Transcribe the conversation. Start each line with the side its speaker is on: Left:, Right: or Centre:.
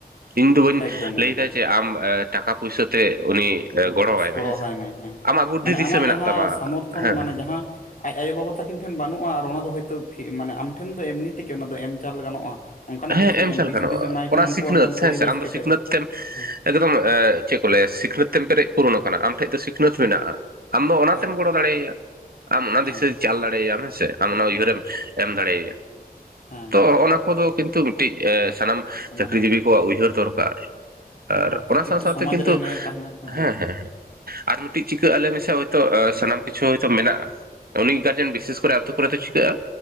Right: ᱤᱧ ᱫᱚ ᱵᱟᱹᱧ
Left: ᱮᱠᱫᱚᱢ
Right: ᱞᱟᱹᱭᱫᱟ
Left: ᱮᱠᱫᱚᱢ
Right: ᱡᱮ ᱟᱢ ᱮᱸ ᱴᱟᱠᱟ ᱯᱩᱭᱥᱟᱹ ᱛᱮ ᱩᱱᱤ
Left: ᱩᱱᱤ <unintelligible>
Right: ᱜᱚᱲᱚᱣᱟᱭ
Left: ᱜᱚᱲᱚ
Right: ᱦᱮᱸᱥᱮ
Left: ᱦᱟᱭ ᱢᱮ ᱦᱮᱸ
Right: ᱟᱢᱟᱜ ᱵᱩᱫᱽᱫᱷᱤ
Left: ᱢᱟᱱᱮ
Right: ᱫᱤᱥᱟᱹ
Left: ᱟᱢᱟᱜ
Right: ᱢᱮᱱᱟᱜ
Left: ᱡᱟᱦᱟᱸ
Right: ᱛᱟᱢᱟ
Left: ᱥᱟᱢᱚᱨᱛᱷᱚᱱ
Right: ᱦᱮᱸ
Left: ᱢᱟᱱᱮ ᱡᱟᱦᱟᱸ ᱟᱡ ᱟᱭᱳᱼᱵᱟᱵᱟ ᱛᱟᱹᱠᱤᱱ ᱴᱷᱮᱱ ᱵᱟᱹᱱᱩᱜᱼᱟ ᱟᱨ ᱚᱱᱟ ᱫᱚ ᱦᱚᱭᱛᱳ ᱯᱷᱤ ᱢᱟᱱᱮ ᱟᱢ ᱴᱷᱮᱱ ᱫᱚ ᱮᱢᱱᱤ ᱛᱮᱠᱤ ᱚᱱᱟ ᱫᱚ ᱮᱢ ᱪᱟᱞ ᱜᱟᱱᱚᱜᱼᱟ ᱾ ᱚᱱᱠᱟᱱᱟᱜ
Right: ᱦᱮᱸ
Left: ᱠᱤᱪᱷᱩ
Right: ᱪᱟᱞ
Left: ᱮᱢ ᱫᱤᱥ
Right: ᱜᱟᱱᱚᱜᱼᱟ
Left: ᱦᱩᱫᱤᱥ ᱮᱢ ᱮᱢᱟᱭ
Right: ᱚᱱᱟ
Left: ᱠᱷᱟᱱ
Right: ᱥᱤᱠᱷᱱᱟᱹᱛ
Left: ᱩᱱᱠᱩᱣᱟᱜ ᱢᱤᱫᱴᱟᱱ
Right: ᱦᱮᱸ
Left: ᱯᱚᱨᱤᱵᱮᱥ
Right: ᱥᱮ ᱟᱢ
Left: ᱠᱮᱴᱮᱡ
Right: ᱫᱚ ᱥᱤᱠᱷᱱᱟᱹᱛ ᱛᱮᱢ
Left: ᱦᱮᱸ ᱾
Right: ᱮᱠᱫᱚᱢ ᱮᱸ ᱪᱮᱫ ᱠᱚ ᱞᱟᱹᱭᱟ ᱥᱤᱠᱷᱱᱟᱹᱛ ᱛᱮᱢ ᱯᱮᱨᱮᱡ ᱯᱩᱨᱳᱱ ᱠᱟᱱᱟ ᱟᱢ ᱴᱷᱮᱡ ᱫᱚ ᱥᱤᱠᱷᱱᱟᱹᱛ ᱢᱮᱱᱟᱜᱼᱟ ᱟᱢ ᱫᱚ ᱚᱱᱟ
Left: ᱦᱮᱸ
Right: ᱛᱮᱢ ᱜᱚᱲᱚ ᱫᱟᱲᱮᱭᱟᱭᱟ ᱟᱢ ᱚᱱᱟ
Left: ᱦᱮᱸ
Right: ᱫᱤᱥᱟᱹ ᱪᱟᱞ ᱫᱟᱲᱮᱭᱟᱭᱟᱢ ᱦᱮᱸᱥᱮ ᱟᱢ ᱚᱱᱟ ᱩᱭᱦᱟᱹᱨ ᱮᱢ ᱮᱢ ᱫᱟᱲᱮᱭᱟᱭᱟ,
Left: ᱦᱮᱸ
Right: ᱛᱚ ᱦᱚᱜ-ᱚᱱᱟ
Left: ᱦᱮᱸ
Right: ᱠᱚᱫᱚ
Left: ᱦᱮᱸ
Right: ᱛᱚ ᱢᱤᱫᱴᱤᱡ ᱥᱟᱱᱟᱢ ᱪᱟᱹᱠᱨᱤ
Left: ᱢᱟᱱᱮ
Right: ᱡᱤᱵᱤ ᱠᱚᱣᱟᱜ ᱩᱭᱦᱟᱹᱨ ᱫᱚᱨᱠᱟᱨ ᱾ ᱟᱨ
Left: ᱦᱮᱸ ᱯᱨᱚᱛᱮᱠᱴᱤ
Right: ᱚᱱᱟ ᱥᱟᱶ ᱥᱟᱶᱛᱮ
Left: ᱥᱚᱢᱟᱡᱽ
Right: ᱠᱤᱱᱛᱩ,
Left: ᱨᱮ ᱱᱤᱭᱟᱹ ᱛᱟᱦᱮᱸ ᱞᱮᱱᱠᱷᱟᱱ
Right: ᱦᱮᱸ ᱦᱮᱸ ᱦᱮᱸ᱾ ᱟᱨ ᱢᱤᱫᱴᱤᱡ ᱪᱤᱠᱟᱹᱜᱼᱟ ᱞᱟᱹᱭ ᱢᱮᱥᱮ ᱦᱚᱭᱛᱳ ᱥᱟᱱᱟᱢ ᱠᱤᱪᱷᱩ ᱦᱚᱭᱛᱳ ᱢᱮᱱᱟᱜᱼᱟ᱾ ᱩᱱᱤ ᱜᱟᱨᱡᱮᱱ ᱵᱤᱥᱮᱥ ᱠᱚᱨᱮ ᱟᱹᱛᱳ ᱠᱚᱨᱮ ᱫᱚ ᱪᱤᱠᱟᱹᱜᱼᱟ